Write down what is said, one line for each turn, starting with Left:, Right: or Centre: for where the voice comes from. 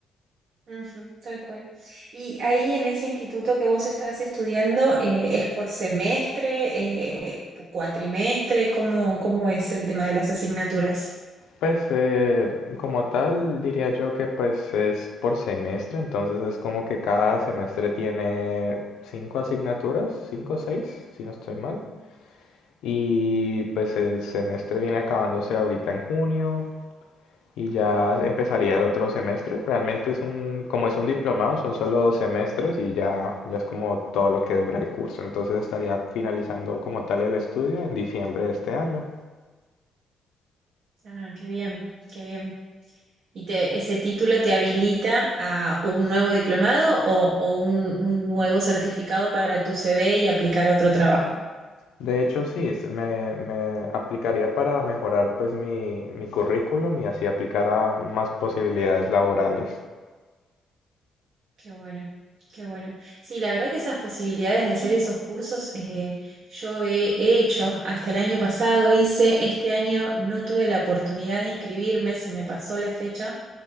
Right: Ujú, tal cual. Y ahí en ese instituto que vos estás estudiando, eh, ¿es por semestre, eh, por cuatrimestre? ¿Cómo, cómo es el tema de las asignaturas?
Left: Pues eh, como tal diría yo que pues es por semestre, entonces es como que cada semestre tiene cinco asignaturas, cinco o seis, si no estoy mal. Y pues el semestre viene acabándose ahorita en junio y ya empezaría el otro semestre. Realmente es un, como es un diplomado, son solo dos semestres y ya, ya es como todo lo que dura el curso. Entonces estaría finalizando como tal el estudio en diciembre de este año.
Right: Ah, qué bien, qué bien. ¿Y te, ese título te habilita a un nuevo diplomado o, o un, un nuevo certificado para tu CV y aplicar a otro trabajo?
Left: De hecho, sí, es- me, me aplicaría para mejorar pues mi, mi currículum y así aplicar a más posibilidades laborales.
Right: Qué bueno, qué bueno. Sí, la verdad que esas posibilidades de hacer esos cursos eh, yo he, he hecho. Hasta el año pasado hice, este año no tuve la oportunidad de inscribirme, se me pasó la fecha,